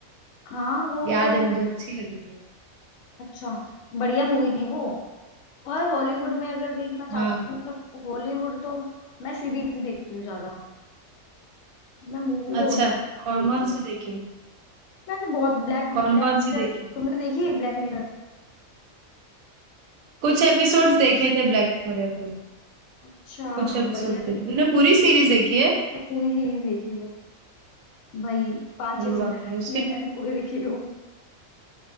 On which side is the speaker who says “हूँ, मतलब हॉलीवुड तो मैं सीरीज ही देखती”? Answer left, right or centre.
Left